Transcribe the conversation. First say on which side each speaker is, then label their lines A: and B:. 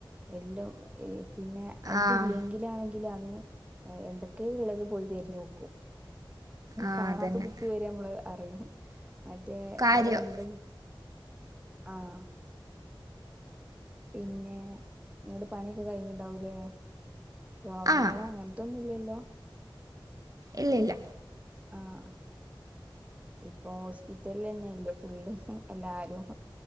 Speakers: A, on the right; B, on the right.
A: എല്ലൊ ഈ പിന്നെ എന്തുല്ലെങ്കിലാണെ
B: ആഹ്
A: ങ്കിലന്ന് എന്തൊക്കെയാ ഉള്ളത് പോയി തിരഞ്ഞ് നോക്കും
B: ആഹ്
A: കാണാത്ത
B: അതന്നെ
A: കു <unintelligible> മ്മള് അറിയും മറ്റേ
B: കാര്യം
A: അവിടെ ഉണ്ട് ആഹ് പിന്നെ ഇങ്ങടെ പണിയൊക്കെ കഴിഞ്ഞിണ്ടാവൂലേ? രോഗങ്ങള്
B: ആഹ്
A: അങ്ങനത്തൊന്നുല്ലല്ലോ?
B: ഇല്ല ഇല്ല.
A: ആഹ്. ഇപ്പൊ ഹോസ്പിറ്റലന്നെ ഇല്ലെ ഫുള്ള് എല്ലാരും.